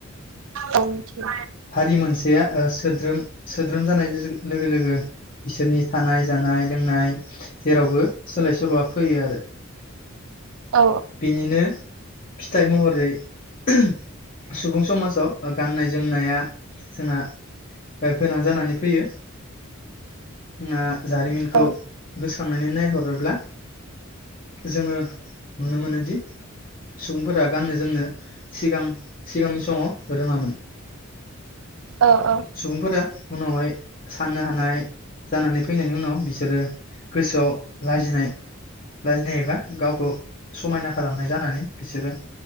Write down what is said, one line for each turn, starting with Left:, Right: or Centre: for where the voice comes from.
Right: औ मिथियो
Left: हारि मोनसेया ओ सोद्रोम सोद्रोम जानाय लोगो लोगो लोगो बिसोरनि थानाय जानाय लोंनाय जेरावबो सोलाय सोल'आ फैयो आरो
Right: औ
Left: बिनिनो। फिथाइ महरै <unintelligible> सुबुं समाजाव। गाननाय जोमनाया जोंआ गोनां जानानै फैयो जोंना जारिमिनखौ
Right: औ
Left: गोसोखांनानै नायहरोब्ला। जोङो नुनो मोनोदि सुबुंफोरा गाननो जोमनो सिगां सिगांनि समाव रोङामोन।
Right: औ औ।
Left: फोरा उनावहाय सान्नो हान नाय जानानै फैनायनि उनाव बिसोरो गोसोआव लाजिनाय लाजिनाय एबा गावखौ समायना खालामनाय जानानै बिसोरो